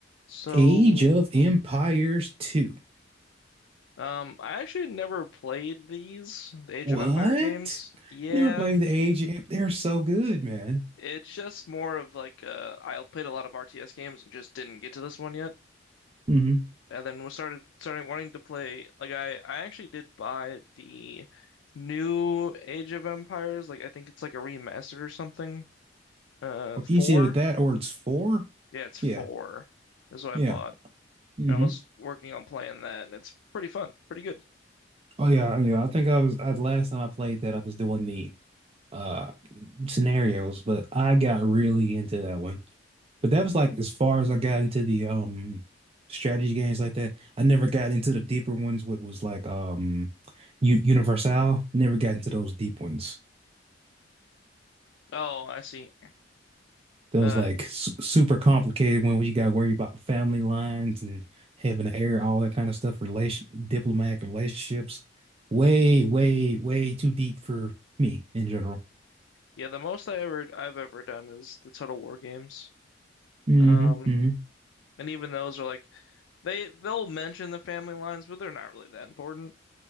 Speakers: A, on the left (about 85°); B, on the right (about 30°).
A: So,
B: Age of Empires 2.
A: um, I actually never played these, the Age
B: What?
A: of Empire games. Yeah,
B: You never played the Age of, they're so good, man.
A: it's just more of like uh, I played a lot of RTS games and just didn't get to this one yet.
B: hmm
A: And then was started starting wanting to play. Like I, I actually did buy the new Age of Empires. Like I think it's like a remastered or something. Uh,
B: Or
A: four.
B: it's either that or it's four.
A: Yeah, it's four.
B: Yeah.
A: That's what I
B: Yeah.
A: bought.
B: hmm
A: And I was working on playing that, and it's pretty fun, pretty good.
B: Oh yeah, yeah. I think I was I, last time I played that I was doing the uh scenarios, but I got really into that one. But that was like as far as I got into the um strategy games like that. I never got into the deeper ones, what was like um U Universal. I Never got into those deep ones.
A: Oh, I see.
B: Those
A: Uh,
B: like su super complicated one where you got to worry about family lines and having to air all that kind of stuff, relation diplomatic relationships. Way, way, way too deep for me in general.
A: Yeah, the most I ever I've ever done is the Total War games.
B: hmm
A: Um,
B: hmm
A: and even those are like they they'll mention the family lines, but they're not really that important.